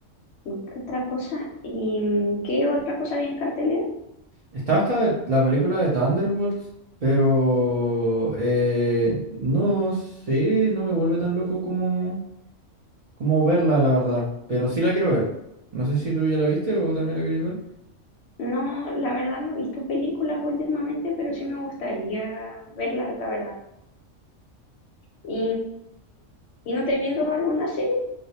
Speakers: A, on the left (about 65°); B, on the right (about 65°).
A: ¿qué otra cosa? ¿Y mm, qué otra cosa había en cartelera?
B: Estaba hasta la película de Thunderbolts, pero eh, no sé, no me vuelve tan loco como, como verla, la verdad. Pero sí la quiero ver. No sé si tú ya la viste o también la querías ver.
A: No, la verdad no he visto películas últimamente, pero sí me gustaría verlas, la verdad. ¿Y, y no estáis viendo alguna serie?